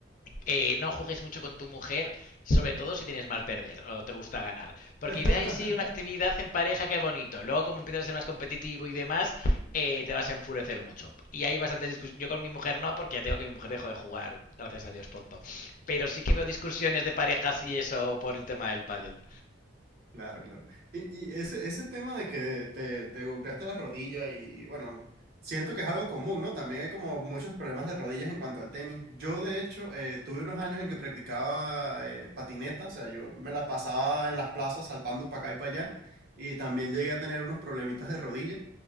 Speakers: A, on the left; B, on the right.
A: eh, no juegues mucho con tu mujer, sobre todo si tienes mal perder o te gusta ganar. Porque
B: <laughs>
A: dices, ay, sí, una actividad en pareja, qué bonito. Luego, como empiezas a ser más competitivo y demás, eh, te vas a enfurecer mucho. Y hay bastantes discusiones. Yo con mi mujer no, porque ya tengo que mi mujer dejó de jugar, gracias a Dios, pronto. Pero sí que veo discusiones de parejas y eso por el tema del pádel.
B: Claro, claro. Y, y ese, ese tema de que te, te golpeaste la rodilla y bueno, siento que es algo común, ¿no? También hay como muchos problemas de rodillas en cuanto al tenis. Yo, de hecho, eh, tuve unos años en que practicaba eh, patineta, o sea, yo me la pasaba en las plazas saltando para acá y para allá y también llegué a tener unos problemitas de rodilla.